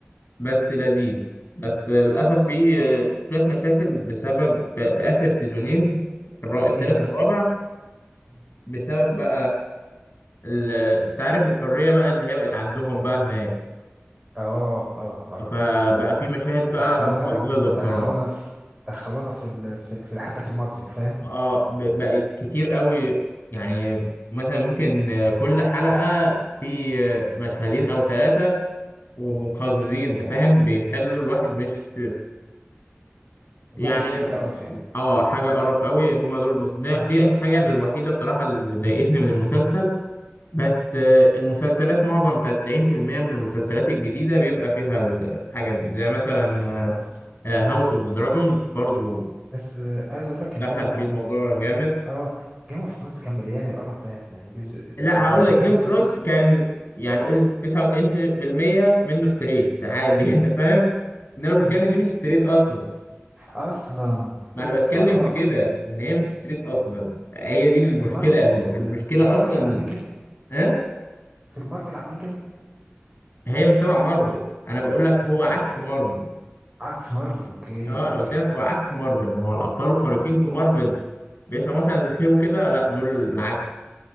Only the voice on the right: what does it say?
ايه بقى
مم.
اه اه اه
دخلوها
دخلوها في دخلوها في ال... في, ال... في حتى في المارفل فاهم
مقرف
حكاية قرف يعني
القرف ده
بس آه عايز اقول لك ان
هو
اه جيم اوف ثرونز كان مليان القرف ده يعني يعني جزء ده
ده, ده,
ده
جيم
اوف ثرونز
مم.
اصلا
اوف
على القرف
مم.
في المارفل
في المارفل
عاملين كده
في المارفل عاملين كده
إنت-
إنت- عكس مارفل اوكي
اوكي
اه